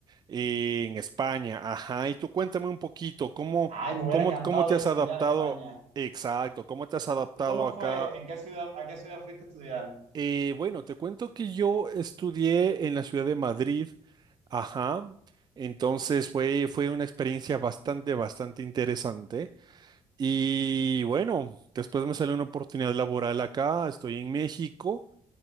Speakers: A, on the right; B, on the right.
A: en España. Ajá, y tú cuéntame un poquito, ¿cómo,
B: Ay, me hubiera
A: cómo,
B: encantado
A: cómo te
B: ir
A: has
B: a estudiar
A: adaptado?
B: a España.
A: Exacto, ¿cómo te has adaptado
B: ¿Y cómo
A: acá?
B: fue? ¿En qué ciudad, a qué ciudad fuiste a estudiar?
A: Eh, bueno, te cuento que yo estudié en la ciudad de Madrid, ajá, entonces fue, fue una experiencia bastante, bastante interesante. Y bueno, después me salió una oportunidad laboral acá, estoy en México.